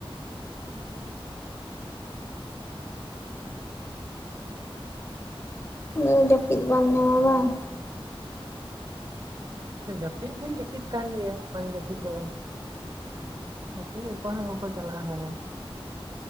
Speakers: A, on the left; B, on the right.
A: ᱚᱱᱰᱮᱫᱚ ᱡᱟᱹᱯᱤᱫ ᱵᱟᱢ ᱧᱟᱢᱟ ᱵᱟᱝ
B: ᱦᱮ ᱡᱟᱹᱯᱤᱫ ᱫᱚᱧ ᱡᱟᱹᱯᱤᱫ ᱛᱟᱦᱮᱱ ᱜᱮᱭᱟ ᱵᱟᱝ ᱡᱟᱹᱯᱤᱫ ᱫᱚ ᱵᱟᱝ ᱜᱟᱛᱤ ᱚᱠᱚᱭ ᱦᱚ ᱵᱟᱠᱳ ᱪᱟᱞᱟᱜ-ᱟ᱾ ᱦᱚᱦᱚ